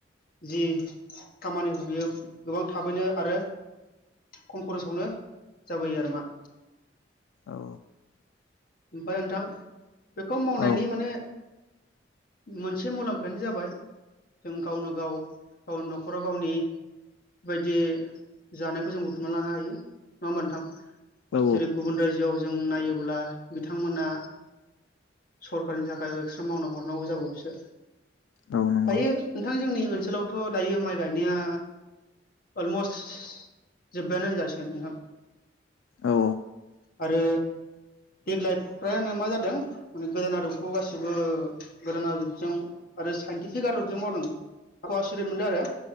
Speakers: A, on the left; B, on the left.
A: जि खामानि बियो गोबां थाबैनो आरो खम खरसावनो जाबोयो आरो मा।
B: औ।
A: ओमफ्राय नोंथां बेखौ मावनायनि
B: औ
A: माने मोनसे मुलाम्फायानो जाबाय जों गावनो गाव गावनि न'खराव गावनि बायदि जानायखौ जों बुथुमना लानो हायो नङा होमबा नोंथां?
B: औ
A: जेरै गुबुन रायजोआव जों नायोब्ला बिथांमोना सरखारनि थाखाय एक्सट्रा मावना हरनांगौ जाबावसो
B: औ नंगौ
A: दायो नोंथां जोंनि ओनसोलावथ' दायो माइ गायनाया अलमस्ट जोब्बायानो होनजासिगोन नोंथां।
B: औ।
A: आरो देग्लाय फ्रायानो मा जादों माने गोदान आदबखौ गासिबो गोदान आदबजों आरो साइन्टिफिक आदरजों मावदों गवा सुरेन मोनदों आरो